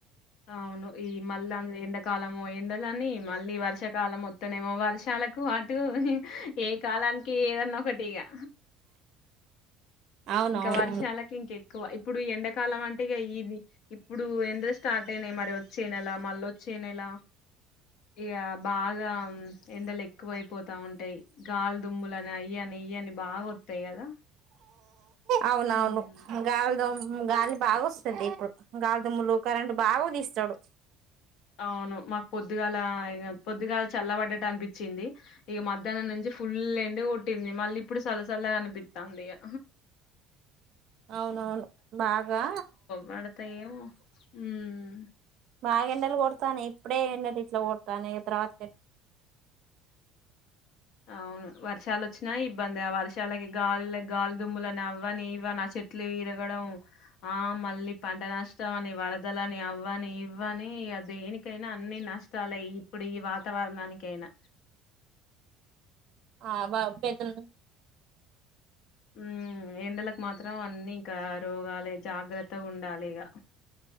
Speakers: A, on the left; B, on the right.
A: అవును ఈ మళ్ళ ఎండకాలమో ఎండలని మళ్ళీ వర్షాకాలం మొత్తనేేమో వర్షాలకు అటు ఏ కాలానికి ఏదన్నా ఒకటిగా
B: అవునవునవును
A: ఇంక వర్షాలకి ఇంక ఎక్కువ ఇప్పుడు ఎండకాలం అంటేగ ఇది ఇప్పుడు ఎండలు స్టార్ట్ అయినయి మరి వచ్చే నెల మళ్ళ వచ్చే నెల ఇక బాగా ఎండలు ఎక్కువ అయిపోతా ఉంటాయి గాలిదుుమ్ములు అని అయ్యి అని ఇయ్యని బాగా వస్తాయి కదా
B: అవునవును
A: హ్మ్
B: గాల్ తోం గాలి బాగ వస్తుది ఇప్పుడు గాలి దమ్ములు కరంట్ బాగా తీస్తాడు
A: అవును మాకు పొద్దుగాల పొద్దుగాల చల్లబడ్డట్టు అనిపించింది ఇక మధ్యాహ్నం నుంచి ఫుల్ ఏండ కొట్టింది మళ్ళీ ఇప్పుడు చల్ల చల్లగా అనిపిస్తాంది ఇక
B: అవునవును బాగా
A: పడతాయేమో ఉమ్
B: బాగ ఎండలు కాని ఇప్పుడే ఎండలు ఇట్ల కొడతనే తర్వాత
A: అవును వర్షాలు వచ్చినా ఇబ్బంది ఆ వర్షాలకి గాలి గాలిదుమ్ములని అవ్వని ఇవ్వని ఆ చెట్లు విరగడం ఆ మళ్ళీ పంట నష్టం అని వరదలని అవ్వని ఇవ్వని దేనికైనా అన్నిీ నష్టాలె ఇప్పుడు ఈ వాతావరణాననికి అయిన
B: ఆ వాల్ పెద్దమ్మ
A: ఉమ్ ఎండలకు మాత్రం అన్నిీ ఇక రోగాలే జాగ్రత్త ఉండాలె ఇక